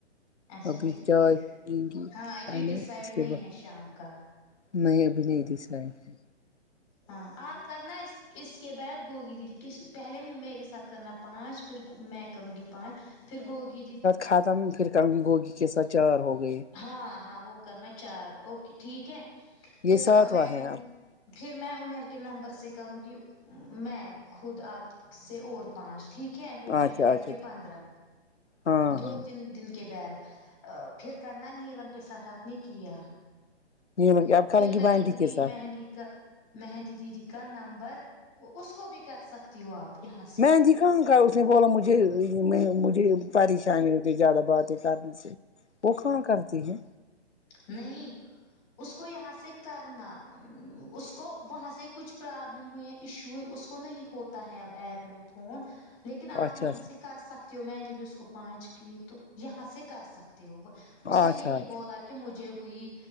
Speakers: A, on the left; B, on the left.
A: اچھا
B: ابھی
A: ٹھیک
B: چائے پینگی
A: ہاں ابھی
B: پہلے
A: ڈسائڈ
B: اس
A: نہیں
B: کے بعد
A: ہے شام کا
B: نہیں ابھی نہی دیسرا ہے
A: ہاں آپ کرنا اس اس کے بعد گوگری دیدی کس پہلے میرے ساتھ کرنا پانچ پھر میں کروں گی پانچ پھر گوگی کی
B: کھاتم پھر کہوں گی گوگی کے ساتھ چار ہو گئی
A: ہاں ہاں وہ کرنا چار اوکے ٹھیک ہے پھر
B: یہ ساتواں
A: میں
B: ہیں
A: دوں
B: آپ
A: گی پھر میں عمیر کے نمبر سے کروں گی میں خود آپ سے اور پانچ ٹھیک ہے ہو جائیں
B: اچھا
A: گے
B: اچھا
A: آپ کے پندرہ
B: ہاں
A: دو
B: ہاں
A: تین دن کے بعد پھر کرنا نیلم کے ساتھ آپ نے کیا
B: <unintelligible>
A: پھر میں دوں گی
B: کے ساتھ
A: مہندی کا مہندی دیدی کا نمبر اس کو بھی کر سک تی ہو آپ یہاں سے
B: مہندی کہاں کا اس نے بولا مجھے میں مجھے پریشانی ہوتی زیادہ باتیں کرنے سے وہ کہاں کرتی ہے
A: نہیں اس کو یہاں سے کرنا امم اس کو وہاں سے کچھ پرابلم ہوئی ہے ایشو ہوئی اس کو نہیں ہوتا ہے اب ایپ میں فون لیکن آپ
B: اچھا
A: یہاں سے کر سکتے ہو میں نے بھی اس کو پانچ کیے تو یہاں سے کر سکتے ہو وہ اس
B: اچھا
A: نے
B: اچھا
A: یہی بولا کہ مجھے ہوئی